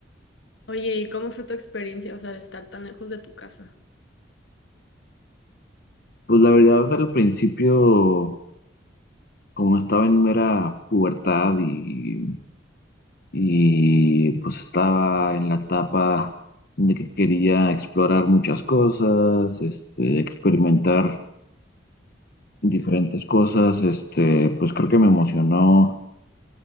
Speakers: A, on the left (about 75°); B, on the left (about 55°).
A: Oye, ¿y cómo fue tu experiencia, o sea, de estar tan lejos de tu casa?
B: Pues la verdad, al principio, como estaba en mera pubertad y y pues estaba en la etapa de que quería explorar muchas cosas, este, experimentar diferentes cosas, este, pues creo que me emocionó